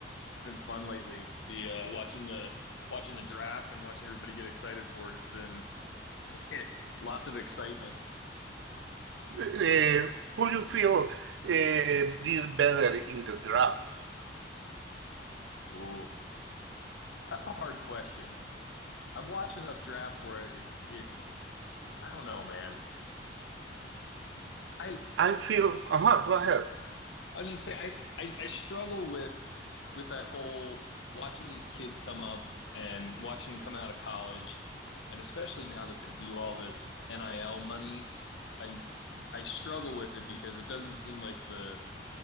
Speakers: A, on the left; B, on the right.
A: it's been fun lately. The uh watching the watching the draft and watching everybody get excited for it. It's been <laughs> lots of excitement.
B: Uh, who do you feel uh, did better in the draft?
A: Ooh, that's a hard question. I've watched enough drafts where it's it's I don't know, man. I
B: I feel, uh-huh, go ahead.
A: I was just saying, I, I I struggle with with that whole watching these kids come up and watching them come out of college, and especially now that they do all this NIL money, I I struggle with it because it doesn't seem like the